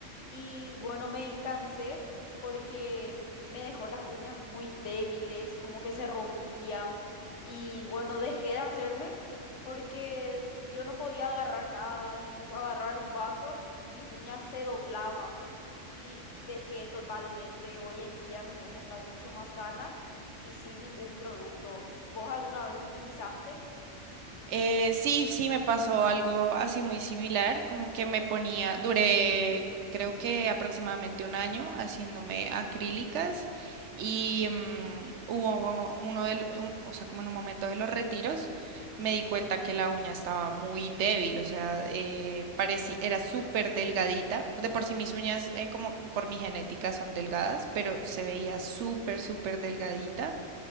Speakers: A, on the left (about 70°); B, on the right (about 70°).
A: Y bueno, me cansé porque me dejó las uñas muy débiles, como que se rompían. Y bueno, dejé de hacerme porque yo no podía agarrar nada, incluso agarrar un vaso, mis uñas se doblaban. Y dejé totalmente. Hoy en día mis uñas están mucho más sanas y sin ningún producto. ¿Vos alguna vez utilizaste?
B: Eh, sí, sí, me pasó algo así muy similar, como que me ponía, duré creo que aproximadamente un año haciéndome acrílicas y mm, hubo uno del, un- o sea, como en un momento de los retiros, me di cuenta que la uña estaba muy débil, o sea, eh, parecía, era súper delgadita, de por sí mis uñas, eh, como por mi genética son delgadas, pero se veía súper, súper delgadita